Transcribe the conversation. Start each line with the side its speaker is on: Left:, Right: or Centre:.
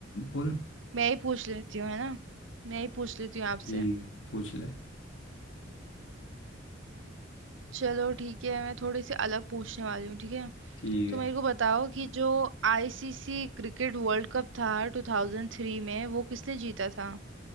Left: बोल
Right: मैं ही पूछ लेती हूँ है ना मैं ही पूछ लेती हूँ आपसे
Left: ठीक है, पूछ ले
Right: चलो ठीक है मैं थोड़ी सी अलग पूछने वाली हूँ ठीक है
Left: ठीक
Right: तो
Left: है
Right: मेरे को बताओ कि जो आईसीसी क्रिकेट वर्ल्ड कप था 2003 में वो किसने जीता था